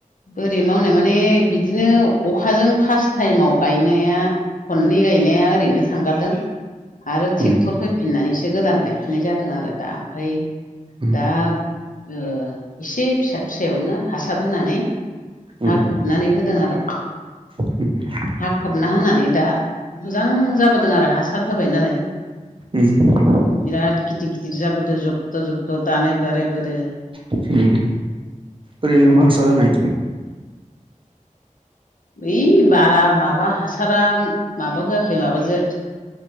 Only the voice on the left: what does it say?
बोरै मावनाय माने बिदिनो अखाजों फार्स्ट टाइमाव गायनाया खननै गायनाया ओरैनो थांगारदों आरो ट्रेक्टर
होफिननानैसो गोदान गायफिननाय जादों आरो दा ओमफ्राय
दा ओ एसे फिसा फिसायावनो हासार होनानै
हा खोबनानै होदों आरो
हा खोबना होनानै दा मोजां जाबोदों आरो हासार होबाय नालाय
बिराद गिदिर गिदिर जाबोदों जब्द' जब्द' दानाय बारायबोदों
ओइ बारा माबा हासारा माबा होआखै माबाजों